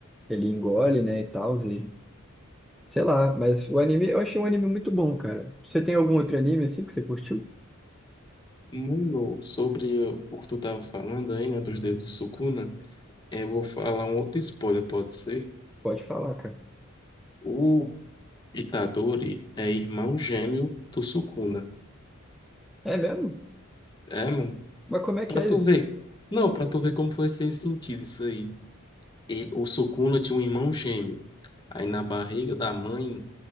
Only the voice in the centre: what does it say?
ele engole, né, e tal, e sei lá. Mas o anime, eu achei um anime muito bom, cara. Você tem algum outro anime, assim, que você curtiu?
Pode falar, cara.
É mesmo?
Mas como é que
é
isso?